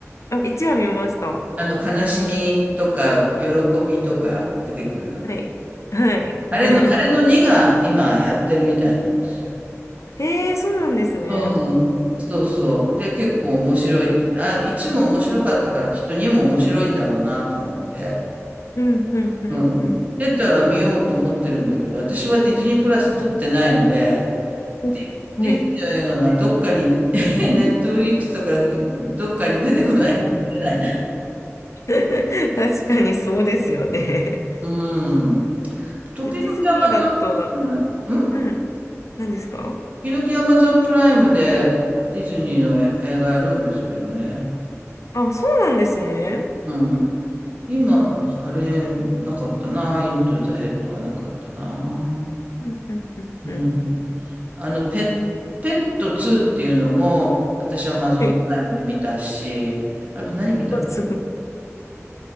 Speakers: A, on the left; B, on the right.
A: あ、一話見ました。
B: あの、悲しみとか、喜びとか出てくるの。
A: はい。はい。
B: あれの、
A: <laughs>
B: あれの2が今やってるみたいなんですよ。
A: ええ、そうなんですね。
B: うん。そうそう。で、結構面白いって言って、あ、1も面白かったからきっと2も面白いんだろうなと思って。
A: うん、うん、うん、
B: うん。
A: うん。
B: 出たら見ようと思ってるんだけど、私はディズニープラス撮ってないので、
A: うんはい。
B: ディディズニーの映画がどっかに、<laughs> ネットフリックスとか、どっかに出てこない。出ない
A: <laughs> 確かにそうですよね。
B: うん。時々アマゾン、
A: ディズニーだと、
B: うん、うん
A: うん、何ですか
B: 時々アマゾンプライムでディズニーのえ映画やるんですけどね。
A: あ、そうなんですね。
B: うん。今、
A: えー
B: あれ、なかったな。イントゥザヘッドはなかったな。
A: うんうんうんうん。
B: うん。あの、ペッ、ペット2っていうのも、私は Amazon
A: はい。
B: プライムで見たし、あと何見たの
A: すぐ、